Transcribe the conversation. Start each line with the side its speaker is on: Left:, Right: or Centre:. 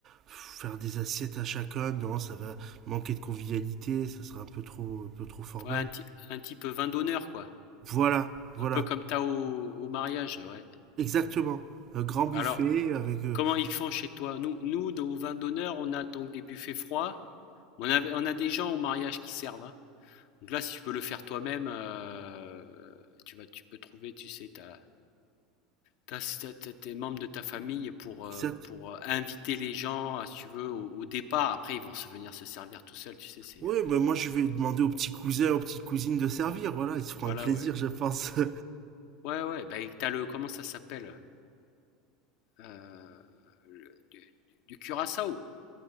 Right: faire des assiettes à chacun, non, ça va manquer de convivialité, ça sera un peu trop, un peu trop formel.
Left: ouais, un, ti- un type vin d'honneur, quoi,
Right: Voilà, voilà,
Left: un peu comme t'as au, au mariage, ouais.
Right: exactement. Un grand buffet
Left: Bah Alors,
Right: avec... euh,
Left: comment ils font chez toi? Nous, nous, au vin d'honneur, on a donc des buffets froids. On, avait, on a des gens au mariage qui servent. hein. Donc là, si tu peux le faire toi-même, euh, tu, vas, tu peux trouver, tu sais, ta, ta- ta- tes membres de ta famille pour,
Right: exact.
Left: euh, pour euh, inviter les gens, si tu veux, au, au départ. Après, ils vont se venir se servir tout seuls, tu sais. C'est,
Right: Oui,
Left: euh,
Right: ben moi je vais demander aux petits cousins, aux petites cousines de servir. Voilà, ils se feront
Left: voilà,
Right: un plaisir,
Left: ouais.
Right: je pense. <laughs>
Left: Ouais, ouais. Bah, et t'as le, comment ça s'appelle Euh, le- du, du curaçao.